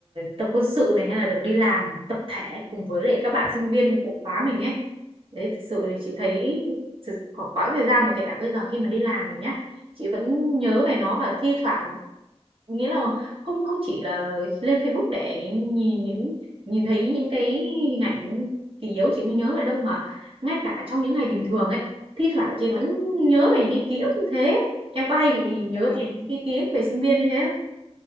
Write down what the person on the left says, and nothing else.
Ừ. Ừ.
ừ.
Lâu lâu.